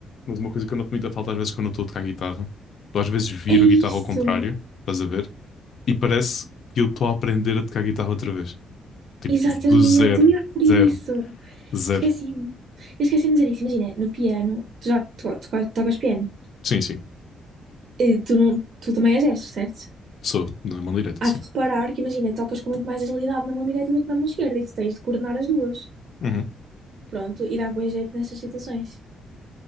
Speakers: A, on the left; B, on the right.
A: mas uma coisa que eu noto muita falta às vezes quando eu estou a tocar guitarra, eu às vezes viro
B: É isso,
A: a guitarra ao contrário, estás a ver? E parece que eu estou a aprender a tocar guitarra outra vez. Tipo,
B: exatamente.
A: do zero,
B: Eu ia referir
A: zero,
B: isso.
A: zero.
B: Esqueci-me. Eu esqueci-me de dizer isso. Imagina, no piano, tu já to to- tocas piano.
A: Sim, sim,
B: Eh, Tu, não, tu também és destro, certo?
A: sou, na mão direita,
B: Hás
A: sim.
B: de reparar que, imagina, tocas com muito mais agilidade na mão direita do que na mão esquerda e tu tens de coordenar as duas.
A: Uhum,
B: Pronto, e dá bom jeito nessas situações,